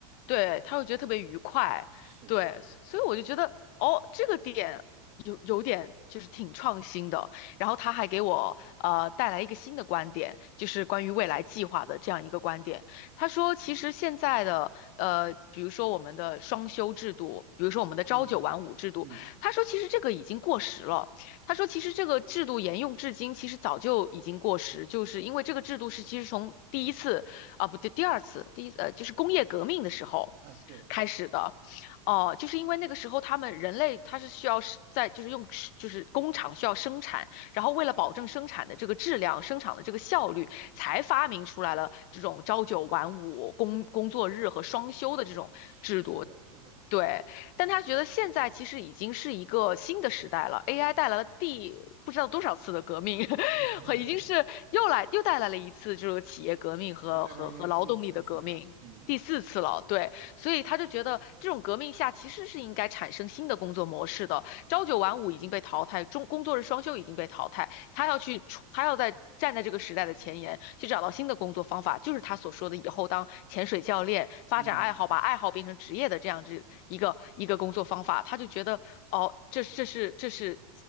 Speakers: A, on the left; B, on the right.
A: 对，他会觉得特别愉快，
B: 是，
A: 对，所所以我就觉得，哦，这个点有有点就是挺创新的。然后他还给我呃带来一个新的观点，就是关于未来计划的这样一个观点。他说，其实现在的呃，比如说我们的双休制度，比如说我们的朝九晚五制度，
B: 嗯嗯
A: 他说其实这个已经过时了。他说，其实这个制度沿用至今，其实早就已经过时，就是因为这个制度是其实从第一次。啊，不对，第二次，第一呃就是工业革命的时候
B: 啊，对，
A: 开始的，哦、就是因为那个时候他们人类他是需要是在就是用是就是工厂需要生产，然后为了保证生产的这个质量、生产的这个效率，才发明出来了这种朝九晚五、工工作日和双休的这种制度。
B: 是是是的，是的，
A: 对，但他觉得现在其实已经是一个新的时代了，AI 带来了第不知道多少次的革命，<laughs>
B: <laughs>
A: 和已经是又来又带来了一次这个企业革命和和和劳动力的革命，
B: 现在大概应该是第四次吧。嗯
A: 第四次了。对，所以他就觉得这种革命下其实是应该产生新的工作模式的，朝九晚五已经被淘汰，中工作日双休已经被淘汰，他要去出他要在站在这个时代的前沿，去找到新的工作方法，就是他所说的以后当潜水教练，发展爱好，
B: 嗯。
A: 把爱好变成职业的这样子一个一个工作方法。他就觉得，哦，这这是这是